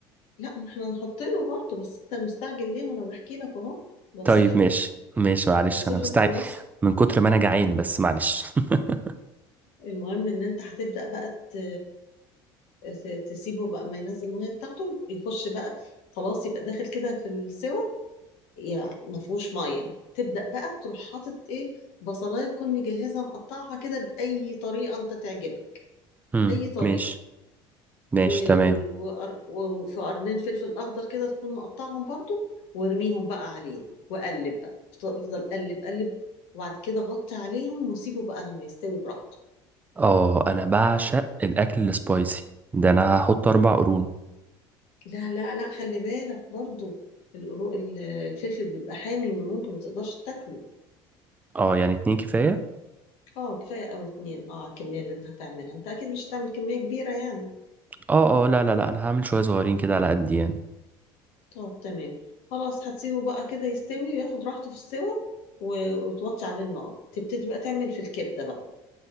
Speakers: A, on the left; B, on the right.
A: لا ما احنا هنحط له برضه بس انت مستعجل ليه ما انا بحكي لك اهو بوصف
B: طيب
A: لك
B: ماشي ماشي معلش
A: بوصف
B: انا مستعجل
A: لك الوصف
B: من كتر ما انا جعان
A: <laughs>
B: بس معلش <laughs>
A: المهم ان انت هتبدأ بقى ت- ت- تسيبه بقى ما ينزل المية بتاعته يخش بقى خلاص يبقى داخل كده في السوى يعني ما فيهوش ميه تبدا بقى تروح حاطط ايه بصلايه تكون مجهزه مقطعها كده باي طريقه انت تعجبك
B: امم
A: اي طريقه
B: ماشي ماشي
A: و-
B: تمام
A: وقر- وفي قرنين فلفل اخضر كده تكون مقطعهم برضو وارميهم بقى عليه وقلب بقى افضل افضل قلب قلب وبعد كده غطي عليهم وسيبه بقى لما يستوي براحته
B: اه انا بعشق الاكل السبايسي ده انا هحط اربع قرون
A: لا لا لا خلي بالك برضو القرو- ال- الفلفل بيبقى حامي ممكن ما تقدرش تاكله
B: اه يعني اتنين كفاية
A: اه كفايه او اتنين اه على الكميه اللي انت هتعملها انت اكيد مش هتعمل كميه كبيره يعني
B: اه اه لا لا لا انا هعمل شوية صغيرين كده على قد يعني
A: طب تمام خلاص هتسيبه بقى كده يستوي وياخد راحته في السوا و- وتوطي عليه النار تبتدي بقى تعمل في الكبدة بقى